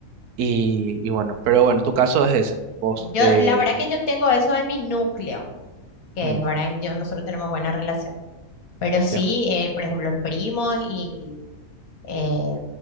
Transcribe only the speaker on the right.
Y, y bueno, pero bueno, tu caso es ese. Vos,
eh,
mm,
ya,